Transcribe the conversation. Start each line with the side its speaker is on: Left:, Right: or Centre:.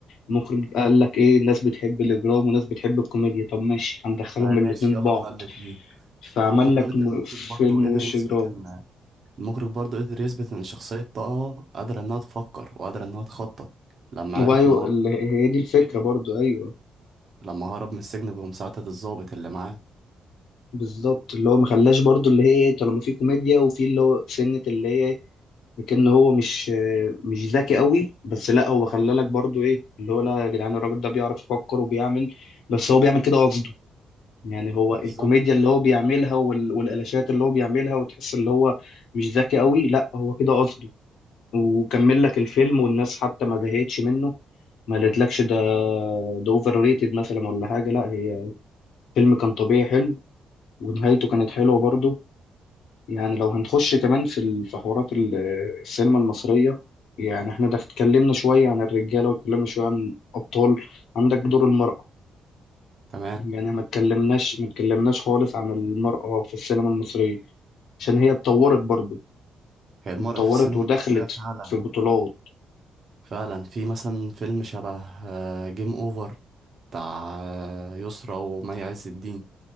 Left: المخرج قال لك إيه الناس بتحب الإجرام وناس بتحب الكوميديا طب ماشي هندخلهم
Right: طيب
Left: الاتنين
Right: ماشي يلا
Left: ببعض
Right: بينا الاتنين
Left: فعمل
Right: وخد
Left: لك
Right: بالك
Left: م-
Right: المخرج
Left: فيلم
Right: برضه قدر
Left: وش
Right: يثبت
Left: إجرام
Right: ان المخرج برضه قدر يثبت إن شخصية طه قادرة إنها تفكر وقادرة إنها تخطط لما
Left: وأيوه
Right: عرف إن هو
Left: ال- هي دي الفكرة
Right: السجن
Left: برضو أيوه
Right: لما هرب من السجن بمساعدة الضابط اللي معاه
Left: بالظبط اللي هو ما خلاش برضو اللي هي طالما في كوميديا وفي اللي هو سنة اللي هي لكن هو مش مش ذكي قوي بس لا هو خلالك برضو ايه اللي هو لا يا جدعان الراجل ده بيعرف يفكر وبيعمل بس هو بيعمل كده قصده يعني هو
Right: بالظبط
Left: الكوميديا اللي هو بيعملها وال- والقلاشات اللي هو بيعملها وتحس اللي هو مش ذكي قوي لا هو كده قصده وكمل لك الفيلم والناس حتى ما زهقتش منه ما قالتلكش ده ده اوفر ريتد مثلا ولا حاجة لا هي الفيلم كان طبيعي حلو ونهايته كانت حلوة برضه يعني لو هنخش كمان في ال- في حوارات ال- السينما المصرية يعني احنا ده اتكلمنا شوية عن الرجالة واتكلمنا شوية عن أبطال عندك دور المرأة
Right: تمام
Left: يعني ما اتكلمناش ما اتكلمناش خالص عن المرأة في السينما المصرية عشان هي اتطورت برضو
Right: هي المرأة
Left: اتطورت
Right: في السينما
Left: ودخلت
Right: المصرية فعلا
Left: في بطولات
Right: فعلا في مثلا فيلم شبه جيم أوفر بتاع آه، يسرا ومي عز الدين